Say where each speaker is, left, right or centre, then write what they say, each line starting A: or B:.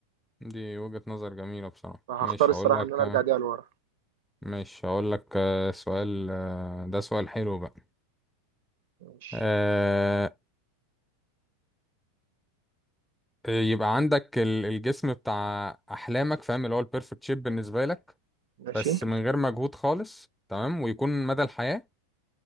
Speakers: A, in the centre; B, on the right.
A: دي وجهة نظر جميلة بصراحة
B: فهختار
A: ماشي
B: الصراحه
A: هقول لك
B: ان انا
A: كمان
B: ارجع دي لورا
A: ماشي هقول لك آه، سؤال آه، ده سؤال حلو بقى
B: ماشي
A: آه، يبقى عندك ال- الجسم بتاع احلامك فاهم اللي هو البيرفكت شيب بالنسبة لك
B: ماشي
A: بس من غير مجهود خالص تمام ويكون مدى الحياة